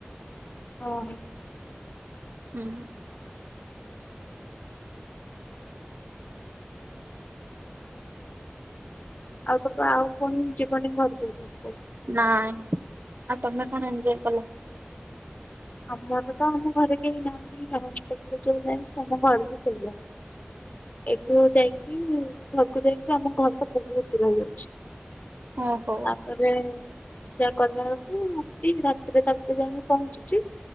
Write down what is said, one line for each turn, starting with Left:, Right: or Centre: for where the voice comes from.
Left: ହଁ
Right: ହୁଁ।
Left: ଆଉ ତ ଆଉ ପୁଣି ଯିବନି ଘରକୁ ଏବେ?
Right: ନାଇଁ ଆଉ ତମେ କଣ ଏଞଜୟ କଲ?
Left: ଆମର ତ ଆମ ଘରେ କେହି ନାହାଁନ୍ତି ଆଉ ହଷ୍ଟେଲରେ ରଜ ନାହିଁ ଆମ ଘରେ ବି ସେଇଆ। ଏଠୁ ଯାଇକିରି ଘରକୁ ଯାଇକିରି ଆମ ଘର ତ ବହୁତ ଦୂର ହେଇଯାଉଛି।
Right: ହଁ ହଉ।
Left: ତାପରେ ପୂଜା କଲାବେଳକୁ ରାତି ରାତିରେ ତାପରେ ଯାଇଁକି ପହଞ୍ଚୁଛି।